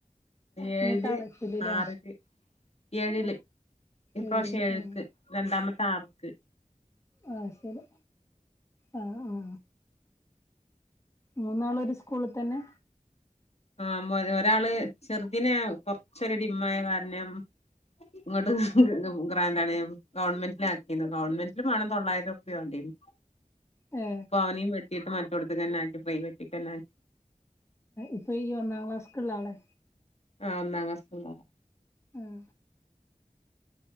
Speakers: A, on the left; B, on the left.
A: ഏഴില്
B: മൂത്താള് എട്ടിലല്ലേ
A: ആറില് ഏഴില് ഇപ്രാശ്യം
B: ഏഴ്
A: ഏഴ്ക്ക്
B: ആ
A: രണ്ടാമത്തെ ആറ് ക്ക്
B: ആ ശെരി ആ ആ മൂന്നാളും ഒരു സ്കൂളി തന്നെ
A: ആ മ്മ ഒരാ ഒരാള് ചെറുതിനെ കൊറച്ചൊരു ഡിമ്മായ കാരണം ഇങ്ങോട്ട് ഗ്രാം ഗ്രാന്റാണ് ഗവൺമെന്റില് ആക്കിത് ഗവണ്മെന്റില് വേണം തൊള്ളായിരം റുപ്യ വണ്ടിന്
B: ഏ
A: ഇപ്പൊ അവനെയും വെട്ടിട്ട് മാറ്റ ഇവിടുത്ത്ക്ക് തന്നെ ആക്കി പ്രൈവറ്റ് <unintelligible>
B: ഇപ്പൊ ഈ ഒന്നാം ക്ലാസ്ക്കുള്ള ആളെ
A: ആ ഒന്നാം ക്ലാസ്ക്കുള്ള ആള്
B: ഉം